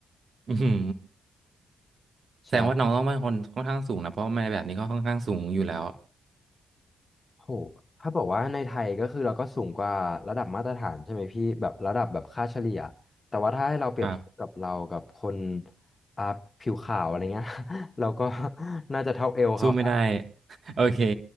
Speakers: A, on the right (about 55°); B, on the left (about 30°).
A: อือหือแสดงว่าน้องต้องเป็นคนค่อนข้างสูงนะเพราะว่านายแบบนี้ก็ค่อนข้างสูงอยู่แล้ว
B: ใช่โหถ้าบอกว่าในไทยก็คือเราก็สูงกว่าระดับมาตรฐานใช่ไหมพี่แบบระดับแบบค่าเฉลี่ยแต่ว่าถ้าให้เราเปรียบเทียบกับเรากับคน
A: ครับ
B: อ่าผิวขาวอะไรเงี้ย <laughs> เราก็ <laughs> น่าจะเท่าเอวเขาครับ
A: สู้ไม่ได้ <laughs> โอเค